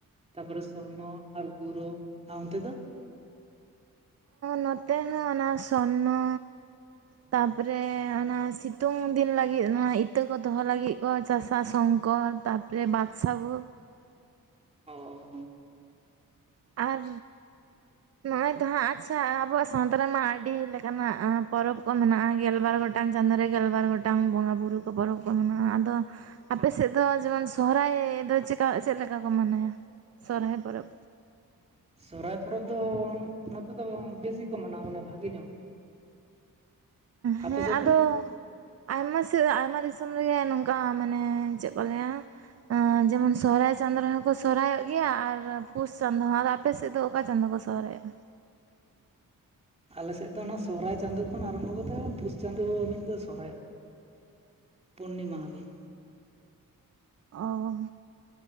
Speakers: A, on the right; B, on the right.
A: ᱛᱟᱯᱚᱨᱮ ᱥᱚᱨᱱᱚ ᱟᱨ ᱜᱳᱨᱚᱵ᱾ ᱟᱨ ᱚᱱᱛᱮ ᱫᱚ?
B: ᱱᱚᱛᱮ ᱦᱚᱸ ᱚᱱᱟ ᱥᱚᱨᱱᱚ᱾ ᱛᱟᱯᱚᱨᱮ ᱚᱱᱟ ᱥᱤᱛᱩᱝ ᱫᱤᱱ ᱞᱟᱹᱜᱤᱫ ᱚᱱᱟ ᱮᱛ ᱤᱛᱟᱹ ᱠᱚ ᱫᱚᱦᱚ ᱞᱟᱹᱜᱤᱫ ᱠᱚ ᱪᱟᱥᱟ ᱥᱚᱝᱠᱚᱨ ᱛᱟᱯᱚ ᱨᱮ ᱵᱟᱠᱥᱟᱵᱳ᱾
A: ᱦᱚ
B: ᱟᱨ ᱱᱚᱜ-ᱭ ᱛᱚ ᱦᱟᱸᱜ ᱪᱷᱟ ᱟᱵᱚᱣᱟᱜ ᱥᱟᱶᱛᱟ ᱨᱮᱢᱟ ᱟᱹᱰᱤ ᱞᱮᱠᱟᱱᱟᱜ ᱯᱚᱨᱚᱵᱽ ᱠᱚ ᱢᱮᱱᱟᱜ-ᱟ ᱜᱮᱞᱵᱟᱨ ᱜᱚᱴᱟᱝ ᱪᱟᱸᱫᱳ ᱨᱮ ᱜᱮᱞ ᱵᱟᱨ ᱜᱚᱴᱟᱝ ᱴᱟᱝ ᱵᱚᱸᱜᱟ ᱵᱩᱨᱩ ᱠᱚ ᱯᱚᱨᱚᱵᱽ ᱠᱚ ᱢᱮᱱᱟᱜ-ᱟ ᱟᱫᱚ ᱟᱯᱮ ᱥᱮᱫ ᱫᱚ ᱡᱮᱢᱚᱱ ᱥᱚᱦᱨᱟᱭ ᱫᱚ ᱪᱮᱠᱟ ᱪᱮᱫ ᱞᱮᱠᱟ ᱠᱚ ᱢᱟᱱᱟᱭᱟ ᱥᱚᱨᱦᱟᱭ ᱯᱚᱨᱚᱵᱽ
A: ᱥᱚᱨᱦᱟᱭ ᱯᱚᱨᱚᱵᱽ ᱫᱚ ᱱᱚᱛᱮ ᱫᱚ ᱵᱮᱥ ᱜᱮᱠᱚ ᱢᱟᱱᱟᱣᱟ ᱢᱟᱱᱮ ᱵᱷᱟᱜᱮ ᱧᱚᱜ ᱟᱯᱮ
B: ᱦᱮᱸ
A: ᱥᱮᱫ
B: ᱟᱫᱚ
A: ᱫᱚ
B: ᱟᱭᱢᱟ ᱥᱮᱫ ᱟᱭᱢᱟ ᱫᱤᱥᱚᱢ ᱨᱮᱜᱮ ᱱᱚᱝᱠᱟ ᱢᱟᱱᱮ ᱪᱮᱫ ᱠᱚ ᱞᱟᱹᱭ ᱟ ᱡᱮᱢᱚᱱ ᱥᱚᱦᱨᱟᱭ ᱪᱟᱸᱫᱳ ᱨᱮᱦᱚᱸ ᱠᱚ ᱥᱚᱨᱦᱚᱭ ᱚᱜ ᱜᱮᱭᱟ ᱟᱨ ᱯᱩᱥ ᱪᱟᱸᱫᱳ ᱦᱚᱸ ᱟᱯᱮ ᱥᱮᱫ ᱫᱚ ᱚᱠᱟ ᱪᱟᱸᱫᱳ ᱠᱚ ᱥᱚᱦᱨᱟᱭᱚᱜ-ᱟ
A: ᱟᱞᱮ ᱥᱮᱫ ᱫᱚ ᱚᱱᱟ ᱥᱚᱨᱚᱦᱟᱭ ᱪᱟᱸᱫᱳ ᱠᱷᱚᱱ ᱟᱨᱚᱢᱵᱚ ᱠᱟᱛᱮ ᱯᱩᱥ ᱪᱟᱸᱫᱳ ᱦᱚᱸ ᱦᱟᱹᱵᱤᱡ ᱠᱚ ᱥᱚᱨᱦᱟᱭ ᱭᱚᱜᱟ ᱯᱩᱱᱱᱤᱢᱟ ᱦᱟᱹᱵᱤᱡ
B: ᱚᱦᱚ